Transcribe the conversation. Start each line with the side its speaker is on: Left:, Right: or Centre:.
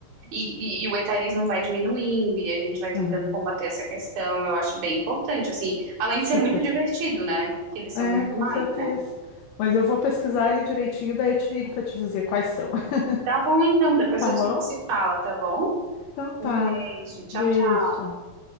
Right: E, e- e o etarismo vai diminuindo e a gente vai tentando
Left: é.
Right: combater essa questão. Eu acho bem importante, assim, além
Left: Super.
Right: de ser muito divertido, né? Porque eles são
Left: É, com
Right: demais,
Left: certeza.
Right: né?
Left: Mas eu vou pesquisar ele direitinho, daí eu te ligo para te dizer quais são. <laughs>
Right: Tá bom, então, depois
Left: Tá
Right: a
Left: bom?
Right: gente se fala, tá bom?
Left: Então
Right: Um
Left: tá.
Right: beijo, tchau,
Left: Beijo,
Right: tchau.
Left: tchau.